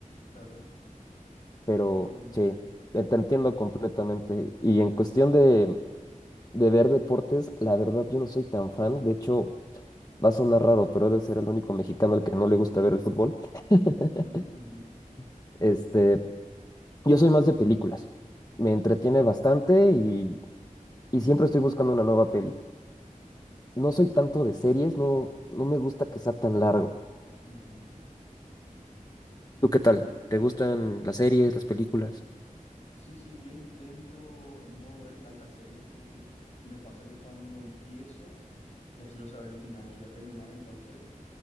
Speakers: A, on the left; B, on the left.
A: Claro.
B: pero
A: Y el,
B: sí,
A: qué loco.
B: te te entiendo completamente. Y en cuestión de, de ver deportes, la verdad yo no soy tan fan. De hecho, va a sonar raro, pero he de ser el único mexicano al que no le gusta ver el fútbol. <laughs>
A: Ujú, ujú.
B: Este, yo soy más de películas. Me entretiene
A: Sí.
B: bastante y, y siempre estoy buscando una nueva peli. No soy tanto de series, no, no me gusta que sea tan largo.
A: Ujú.
B: ¿Tú qué tal?
A: Yo, in-
B: ¿Te gustan las series, las películas?
A: sí, sí, yo intento no ver tantas series porque me pasa que cuando empiezo ya quiero saber el final, quiero terminar, entonces